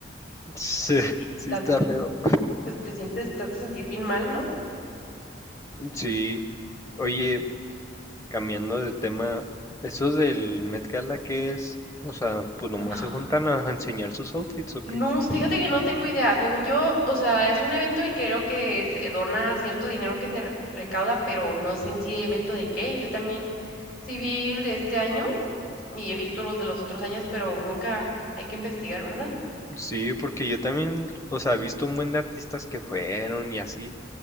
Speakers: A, on the left; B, on the left.
A: sí,
B: y
A: <laughs>
B: estás-
A: sí está feo.
B: pues te sientes, te hace sentir bien mal, ¿no?
A: Sí. Oye, cambiando de tema, ¿eso del Met Gala qué es? O sea, pues nomás
B: <laughs>
A: se juntan a enseñar sus outfits ¿o
B: No,
A: qué?
B: fíjate que no tengo idea. Según yo, o sea, es un evento y creo que se dona cierto dinero que se re- recauda, pero no sé en sí evento de qué. Yo también sí vi el de este año y he visto los de los otros años, pero nunca hay que investigar, ¿verdad?
A: Sí, porque yo también, o sea, he visto un buen de artistas que fueron y así,